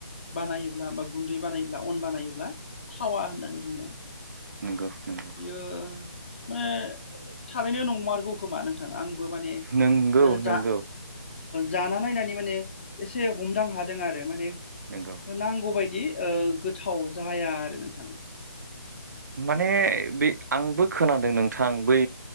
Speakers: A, on the left; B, on the right.
A: बानायोब्ला बा गुन्दै बानायोब्ला अन बानायोब्ला थावा होननानै बुंदों
B: नंगौ नंगौ
A: बियो माने थारैनो नंमारगौ खोमा नों नोंथां आंबो माने
B: नंगौ
A: जा
B: नंगौ
A: जाना
B: नंगौ
A: नायनानै माने एसे हमदां हादों आरो माने
B: नंगौ
A: नांगौबायदि ओ गोथाव जाया आरो नोंथां।
B: माने बे आंबो खोनादों नोंथां बै